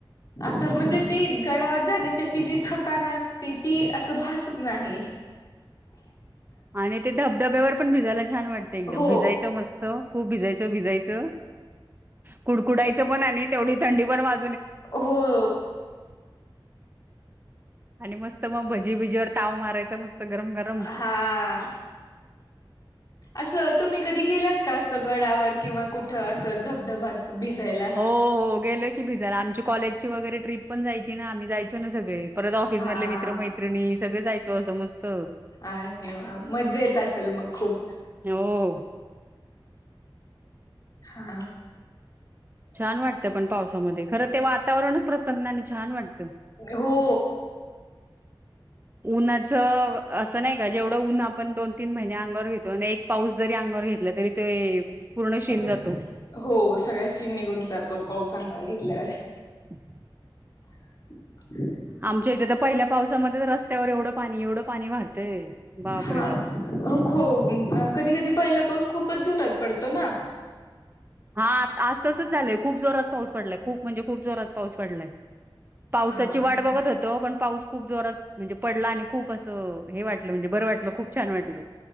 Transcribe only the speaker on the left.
असं म्हणजे ती गडावर जाण्याची अशी जी थकान असती ती असं भासत नाही. <inaudible>
हो
हो.
हा. असं तुम्ही कधी गेलात का? असं गडावर किंवा कुठं असं धबधब्या भिजयला?
हा
अ वा मज्जा येत असेल मग खूप!
हा.
हो.
असं.
हो, सगळा शीण निघून जातो पाऊस अंगावर घे तल्यावर.
<inaudible>
हा
खो कधी कधी पहिला पाउस खूपच जोरात पडतो ना.
हा